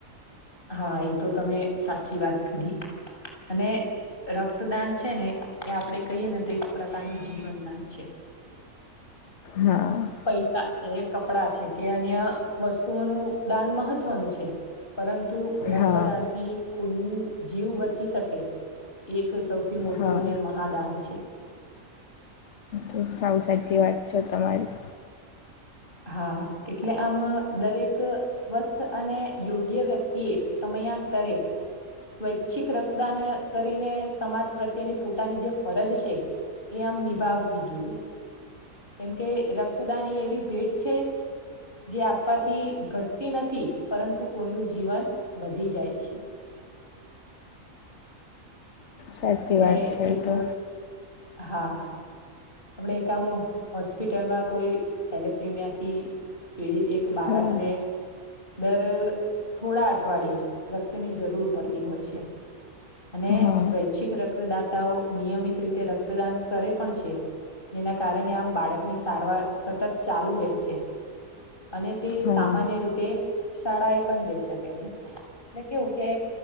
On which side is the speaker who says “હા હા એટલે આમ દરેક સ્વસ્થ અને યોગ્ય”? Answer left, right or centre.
Left